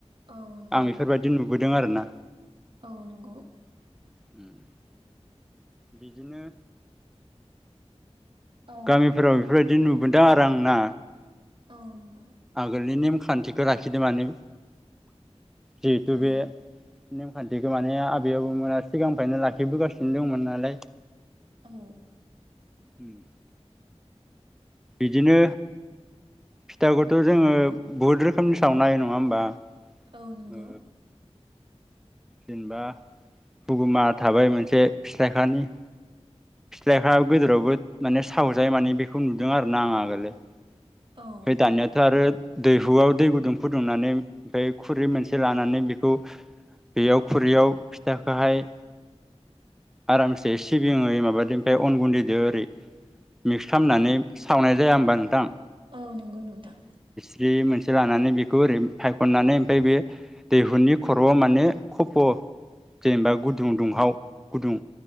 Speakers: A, on the right; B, in the centre.
A: औ नंगौ
B: आं बेफोरबायदि नुबोदों आरो ना
A: औ नंगौ
B: होम बिदिनो
A: औ
B: गामिफोराव बेफोरबायदि बिदि नुबोदों आरो आंना
A: औ नंगौ
B: आगोलनि नेमखान्थिखौ लाखिदों माने जिथु
A: औ
B: बे नेमखान्थिखौ माने आबै आबौ मोना सिगांनिफ्रायनो लाखिबोगासिनो दंमोन नालाय
A: औ
B: उम बिदिनो फिथाखौथ' जोङो बहुद रोखोमनि सावनो होयो नङा होमबा?
A: औ नंगौ।
B: ओ जेनेबा हुगुमा थाबाय मोनसे, फिथाइखानि फिथासा गोजोरावबो माने सावजायो माने बेखौ नुदों आरो ना आं आगोलो। आमफ्राय
A: औ
B: दानियाथ' आरो। दैहुआव दै गुदुं फुदुंनानै ओमफ्राय खुरै मोनसे लानानै बेखौ बेयाव खुरैयाव फिथाखौहाय आरामसे सिबिङै माबादो ओमफ्राय अन गुन्दैजों ओरै मिक्स खालामनानै सावनाय जाया होमबा नों थां?
A: औ नंगौ नोंथां।
B: जिस्रि मोनसे लानानै बेखौ ओरै फायखननानै ओमफ्राय बे दैहुनि खर'आव माने खफ' जेनबा गुदुं दुंहाव गुदुं